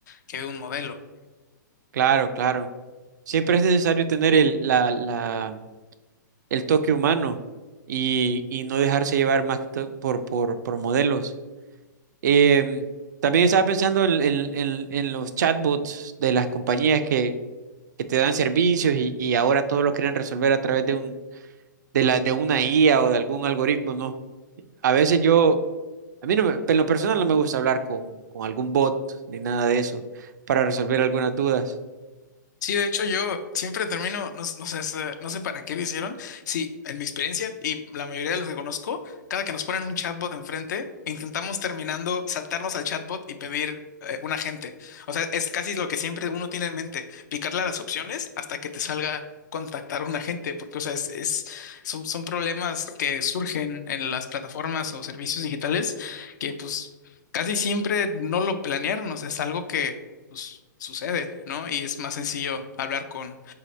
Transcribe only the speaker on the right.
Claro, claro. Siempre es necesario tener el, la, la el toque humano y, y no dejarse llevar más que todo por, por, por modelos. Em, también estaba pensando en, en- en- en los chatbots de las compañías que, que te dan servicios y, y ahora todo lo quieren resolver a través de un, de la, de una IA o de algún algoritmo, ¿no? A veces yo, a mí no me- en lo personal no me gusta hablar con, con algún bot ni nada de eso para resolver algunas dudas.